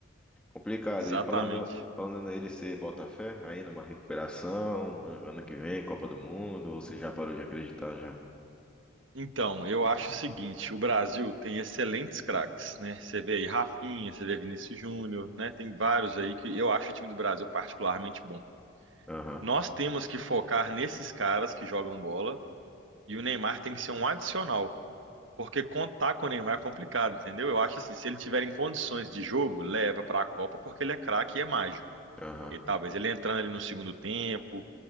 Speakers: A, in the centre; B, on the right.
A: Complicado.
B: Exatamente.
A: E falando, falando nele, você bota fé aí numa recuperação, ano ano que vem, Copa do Mundo, ou você já parou de acreditar já?
B: Então, eu acho o seguinte, o Brasil tem excelentes craques, né? Você vê aí Rafinha, você vê Vinícius Júnior, né? Tem vários aí que eu acho o time do Brasil particularmente bom.
A: Aham,
B: Nós temos que focar nesses caras que jogam bola e o Neymar tem que ser um adicional, porque contar com o Neymar é complicado, entendeu? Eu acho assim, se ele tiver em condições de jogo, leva para a Copa porque ele é craque e é mágico.
A: aham.
B: E talvez ele entrando ali no segundo tempo,